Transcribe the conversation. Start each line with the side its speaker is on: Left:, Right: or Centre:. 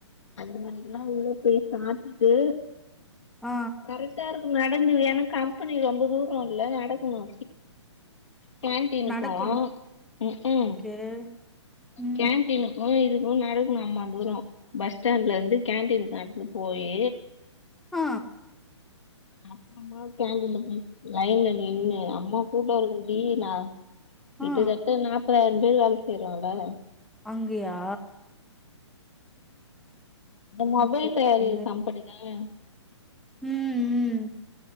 Left: அஞ்சு மணிக்குலா உள்ள போய் சாப்டுட்டு
Centre: ஆ
Left: கரெக்டா இருக்கு நடந்து ஏன்னா கம்பெனி ரொம்ப தூரல்ல நடக்கணு கேண்டீனுக்
Centre: நடக்கணு
Left: போவோ ம் க்கு
Centre: <unintelligible> ம்
Left: கேண் டீனுக்கு இதுக்கு நடக்கணு அம்மாந் தூரொ பஸ் ஸ்டாண்ட்ல இருந்து கேண்டீன்க் நடந்து போயி
Centre: ஆ
Left: அப்றமா கேண்டின்ல போயி லைன்ல நின்னு அம்மா கூட்டு வறதுக்குடி நா கிட்டத்தட்ட
Centre: ஆ
Left: நாற்பாதாயிரோ பேர் வேல செய்யுங்ளா
Centre: அங்கையா
Left: இந்த மொபைல்
Centre: ஓகே
Left: தயாரிக்கிற
Centre: ஓகே
Left: கம்பெனி தானே
Centre: ம் ம்